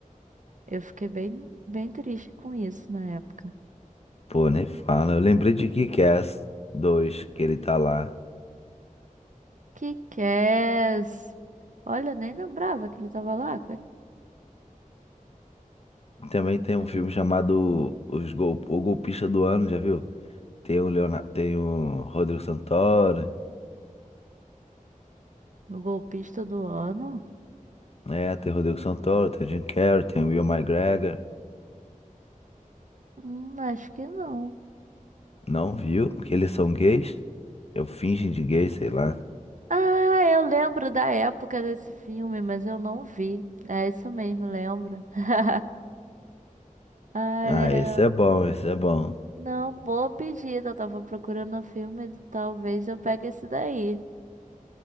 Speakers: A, on the right (about 65°); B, on the left (about 50°).
A: Eu fiquei bem, bem triste com isso na época.
B: Pô, nem fala. Eu lembrei de Kick-Ass dois que ele tá lá.
A: Que Kick-Ass! Olha, eu nem lembrava que ele tava lá. Qual é-
B: Também tem um filme chamado Os Gol... O Golpista do Ano, já viu? Tem o Leonardo... tem o Rodrigo Santoro.
A: O golpista do ano?
B: É, tem o Rodrigo Santoro, tem o Jim Carrey, tem o Will McGregor.
A: Hum, acho que não.
B: Não viu? Porque eles são gays? Eu fingem de gay, sei lá.
A: Ah, eu lembro da época desse filme, mas eu não vi. É isso mesmo, lembro. <laughs> Ai,
B: Ah,
A: né?
B: esse é bom, esse é bom.
A: Não, boa pedida. Eu tava procurando um filme, talvez eu pegue esse daí.